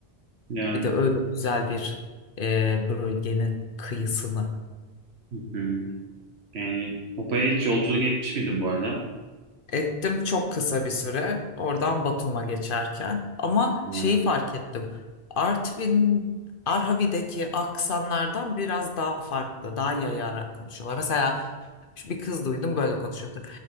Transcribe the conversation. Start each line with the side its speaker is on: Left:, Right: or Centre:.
Right: Yani,
Left: Bir de öyle güzel bir e, bölgenin kıyısını.
Right: hı hı. Yani Hopa'ya hiç yolculuk etmiş miydin bu arada?
Left: Ettim çok kısa bir süre oradan Batum'a geçerken. Ama
Right: Ha,
Left: şeyi fark ettim. Artvin, Arhavi'deki aksanlardan biraz daha farklı, daha yayarak konuşuyorlar. Mesela Şu bir kız duydum böyle konuşuyordu.